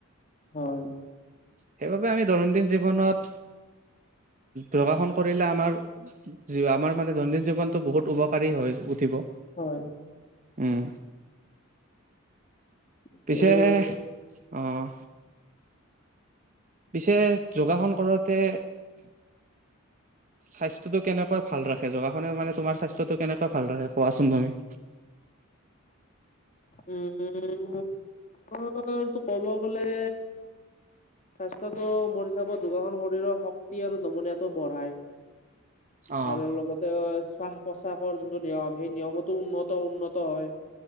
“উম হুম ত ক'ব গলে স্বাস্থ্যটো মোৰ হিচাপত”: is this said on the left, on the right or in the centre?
Left